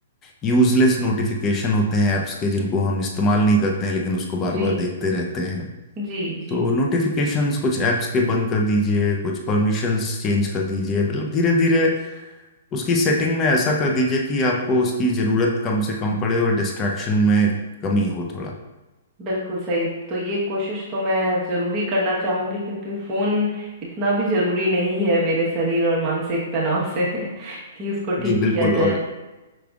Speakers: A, on the left; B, on the right.
A: यूजलेस नोटिफिकेशन होते हैं एप्स के जिनको हम इस्तेमाल नहीं करते हैं लेकिन उसको बार
B: जी
A: बार देखते रहते हैं
B: जी जी
A: तो नोटिफिकेशंस कुछ ऐप्स के बंद कर दीजिए कुछ परमिशंस चेंज कर दीजिए मतलब धीरे धीरे उसकी सेटिंग में ऐसा कर दीजिए कि आपको उसकी ज़रूरत कम से कम पड़े और डिस्ट्रैक्शन में कमी हो थोड़ा
B: बिल्कुल सही तो ये कोशिश तो मैं जरूर ही करना चाहूंगी क्योंकि फोन इतना भी जरूरी नहीं है मेरे शरीर और मानसिक तनाव से <laughs> कि उसको ठीक
A: जी बिल्कुल
B: किया जाए
A: और